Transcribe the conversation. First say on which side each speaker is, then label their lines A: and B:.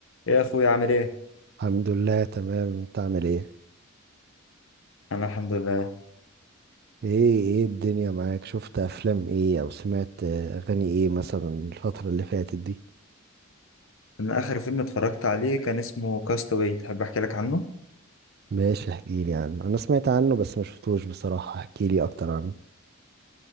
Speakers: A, on the left (about 70°); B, on the right (about 50°).
A: يا اخويا عامل ايه
B: الحمد لله تمام انت عامل ايه
A: انا الحمد لله
B: ايه ايه الدنيا معاك شفت افلام ايه او سمعت اه، اغاني ايه مثلا الفترة اللي فاتت دي
A: انا اخر فيلم اتفرجت عليه كان اسمه كاستاوي تحب احكي لك عنه
B: ماشي احكيلي عنه انا سمعت عنه بس ما شفتوش بصراحة احكيلي اكتر عنه